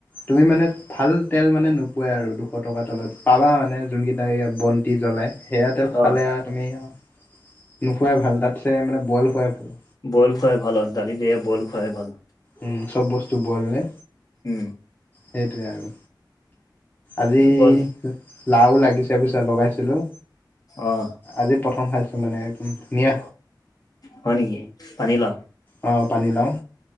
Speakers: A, on the left; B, on the left.
A: তুমি মানে ভাল তেল মানে নোপোৱাই আৰু দুশ টকা তলত, পাবা মানে যোনকেইটা এতিয়া বন্তি জ্বলায। সেয়া তেল খালে
B: অ'
A: আৰু তুমি আৰু, নুখোৱাই ভাল তাতছে মানে বইল খোৱাই ভাল।
B: বইল খুৱাই ভাল আৰু দালি দিয়ে বইল খুৱাই ভাল।
A: উম, চব বস্তু নে?
B: উম।
A: সেইটোৱে আৰু, আজি
B: বইল
A: লাও লাগিছে বুইছা, লগাইছিলোঁ।
B: অঁ'।
A: আজি প্ৰথম খাইছোঁ মানে একদম ধুনীয়া।
B: হয় নেকি, পানী লাও?
A: অঁ পানী লাওঁ।